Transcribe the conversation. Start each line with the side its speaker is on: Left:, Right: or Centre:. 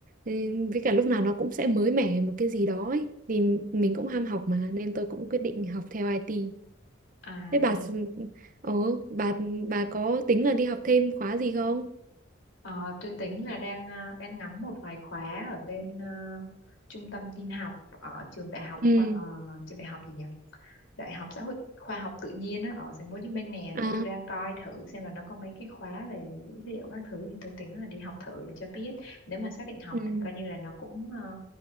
Right: Ừ, với cả lúc nào nó cũng sẽ mới mẻ một cái gì đó ấy. Thì mình cũng ham học mà nên tôi cũng quyết định học theo IT.
Left: à
Right: Thế bà s- ồ, bà bà có tính là đi học thêm khóa gì không?
Left: ờ, tôi tính là đang ờ, đang ngắm một vài khóa ở bên ờ, trung tâm tin học ở trường đại học
Right: Ừ.
Left: ờ, trường đại học gì nhỉ Đại học xã hội khoa học tự nhiên á, ở thành phố Hồ Chí Minh nè
Right: À,
Left: nên tôi đang coi thử xem là nó có mấy cái khóa về dữ liệu các thứ thì tôi tính là đi học thử để cho biết nếu mà xác định học
Right: ừ.
Left: thì coi như là nó cũng ờ,